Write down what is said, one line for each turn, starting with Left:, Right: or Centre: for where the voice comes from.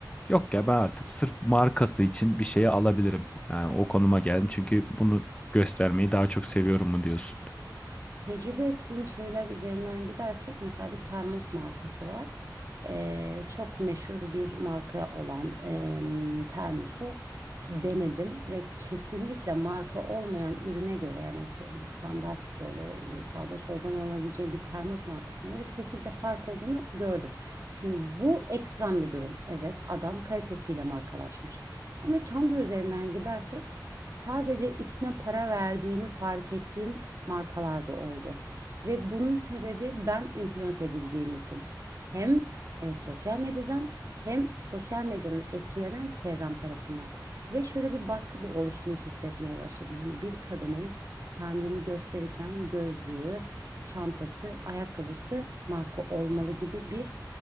Left: yok ya ben artık sırf markası için bir şeyi alabilirim. Yani o konuma geldim çünkü bunu göstermeyi daha çok seviyorum mu diyorsun?
Right: Tecrübe ettiğim şeyler üzerinden gidersek mesela bir termos markası var. Ee, çok meşhur bir marka olan em, termosu denedim ve kesinlikle marka olmayan ürüne göre yani s- standart böyle sağda soldan alabileceğim bir termos markasına göre kesinlikle fark olduğunu gördüm. Şimdi bu ekstrem bir durum. Evet adam kalitesiyle markalaşmış. Ama çanta üzerinden gidersek sadece isme para verdiğimi fark ettiğim markalar da oldu. Ve bunun sebebi ben influence edildiğim için. Hem e, sosyal medyadan hem sosyal medyadan etkilenen çevrem tarafından. Ve şöyle bir baskı da oluştuğunu hissetmeye başladım. Hani bir kadının kendini gösterirken gözlüğü, çantası, ayakkabısı marka olmalı gibi bir